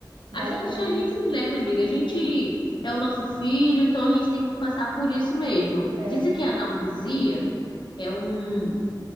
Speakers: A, on the right; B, on the left.
A: Vale
B: a gente,
A: a pena.
B: a gente é mulher, né, amiga? A gente é o nosso filho, então a gente tem que passar por isso mesmo.
A: É,
B: Dizem que a analgesia é um